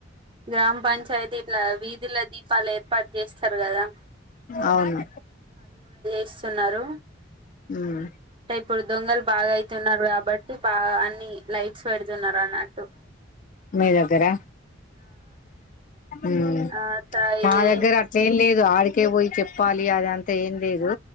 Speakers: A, on the right; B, on the left.
A: గ్రామ పంచాయతీ ఇట్లా వీధుల దీపాలు ఏర్పాటు చేస్తారు కదా
B: అవును
A: ఇస్తున్నారు
B: మ్మ్
A: పడు దొంగలు బాగా అయితున్నారు కాబట్టి బాగా అన్ని లైఫ్ చ్ పెడుతున్నారన్నట్టు
B: మీ దగ్గర మ్మ్
A: ఆ త
B: మా
A: ఇది
B: దగ్గర అట్లేం లేదు ఆడికే పోయి చెప్పాలి అదంతా ఏం లేదు